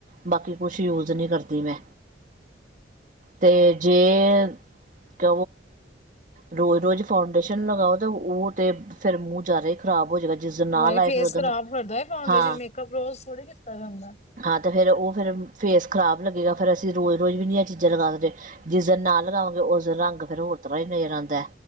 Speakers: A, on the right; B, on the left.
A: ਬਾਕੀ ਕੁਛ ਯੂਜ ਨੀ ਕਰਦੀ ਮੈਂ, ਤੇ ਜੇ <unintelligible> ਰੋਜ਼-ਰੋਜ਼ ਫਾਊਂਡੇਸ਼ਨ ਲਗਾਓ ਤਾਂ ਉਹ ਤੇ ਫਿਰ ਮੂੰ ਯਾਦਾ ਈ ਖ਼ਰਾਬ ਹੋ ਜਦਾ ਜਿਸ ਦਿਨ ਨਾ
B: ਨਹੀਂ
A: ਲਾਏ
B: ਫੇਸ
A: ਫਿਰ ਓਦਨ
B: ਖਰਾਬ ਕਰਦਾ ਹੈ ਫਾਊਂਡੇਸ਼ਨ
A: ਹਾਂ
B: ਮੇਕਅਪ ਰੋਜ਼ ਥੋੜੀ ਕੀਤਾ ਜਾਂਦਾ
A: ਹਾਂ ਤੇ ਫੇਰ ਓਹ ਫੇਰ ਫੇਸ ਖ਼ਰਾਬ ਲੱਗੇਗਾ। ਫੇਰ ਅਸੀਂ ਰੋਜ਼-ਰੋਜ਼ ਵੀ ਨੀ ਐ ਚੀਜ਼ਾਂ ਲਗਾ ਸਕਦੇ। ਜਿਸ ਦਿਨ ਨਾ ਲਗਾਉਗੇ ਓਸ ਦਿਨ ਰੰਗ ਫੇਰ ਹੋਰ ਤਰ੍ਹਾਂ ਹੀ ਨਜ਼ਰ ਆਂਦੈ।